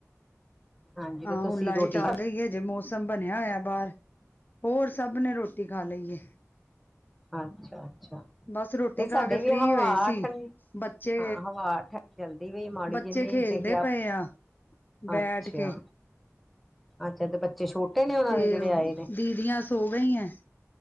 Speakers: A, in the centre; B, on the left.
A: ਹਾਂਜੀ
B: ਹਾਂ
A: ਤੇ ਤੁਸੀਂ
B: ਹੁਣ ਲਾਈਟ
A: ਰੋਟੀ
B: ਆ ਲਈ ਹੈ ਜੇ ਮੋ ਮੌਸਮ ਬਣਿਆ ਹੋਇਆ ਬਾਹਰ ਹੋਰ ਸਭ ਨੇ ਰੋਟੀ ਖਾ ਲਈ ਹੈ
A: ਅੱਛਾ -ਅੱਛਾ
B: ਬਸ ਰੋਟੀ
A: ਤੇ
B: ਖਾ
A: ਸਾਡੇ
B: ਕੇ ਫ੍ਰਰੀ
A: ਵੀ ਹਵਾ
B: ਹੋਏ ਸੀ
A: ਠੰਡੀ
B: ਬੱਚੇ
A: ਹਾਂ ਹਵਾ ਠੰਡੀ ਚਲਦੀ ਪਈ ਮਾੜੀ
B: ਬੱਚੇ
A: ਜਿੰਨੀ
B: ਖੇਲਦੇ
A: ਤੇ ਕਿਆ
B: ਪਏ ਆ ਬੈਠ
A: ਅੱਛਾ
B: ਕੇ
A: ਅੱਛਾ ਤੇ ਬੱਚੇ ਛੋਟੇ ਨੇ ਉਹਨਾਂ
B: ਤੇ
A: ਦੇ ਜਿਹੜੇ ਆਏ ਨੇ
B: ਦੀਦੀਆਂ ਸੋ ਗਈ ਹੈ